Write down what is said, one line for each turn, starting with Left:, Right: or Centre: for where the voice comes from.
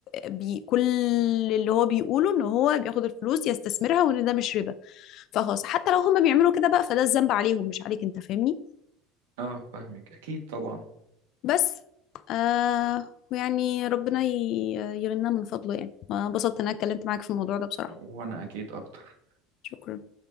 Left: بي كل اللي هو بيقوله ان هو بياخد الفلوس يستثمرها وان ده مش ربا فخلاص حتى لو هم بيعملوا كده بقى فده الذنب عليهم مش عليك انت فاهمني
Right: اه فاهمك اكيد طبعا
Left: بس آه ويعني ربنا ي- يغنينا من فضله يعني وانبسطت ان انا اتكلمت معاك في الموضوع ده بصراحة
Right: وانا اكيد اكتر
Left: شكرا